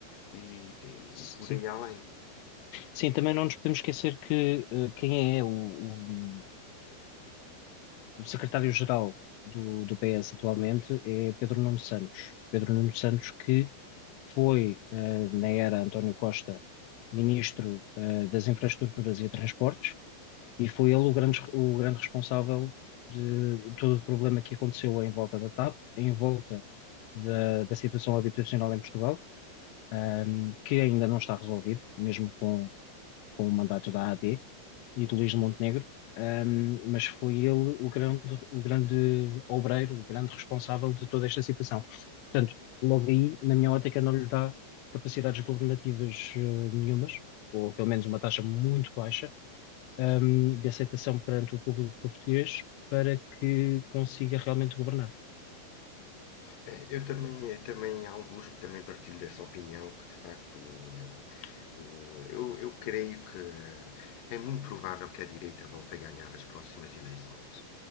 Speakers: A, on the left (about 60°); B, on the left (about 85°).
A: e,
B: Sim.
A: e por aí além.
B: Sim, também não nos podemos esquecer que eh, quem é o, o- o secretário-geral do, do PS atualmente é Pedro Nuno Santos. Pedro Nuno Santos que foi, eh, na era António Costa, ministro, eh, das Infraestruturas e Transportes e foi ele o grande, o grande responsável de todo o problema que aconteceu em volta da TAP, em volta da, da situação habitacional em Portugal, ahm, que ainda não está resolvido, mesmo com com o mandato da AD e de Luís de Montenegro, ahm, mas foi ele o grande, o grande obreiro, o grande responsável de toda esta situação. Portanto, logo aí, na minha ótica, não lhe dá capacidades governativas eh, nenhumas, ou pelo menos uma taxa muito baixa, ahm, de aceitação perante o público português para que consiga realmente governar.
A: É, Eu também, também alguns também partilho dessa opinião que de facto eh, o- eu, eu creio que eh, é muito provável que a direita volte a ganhar as próximas eleições.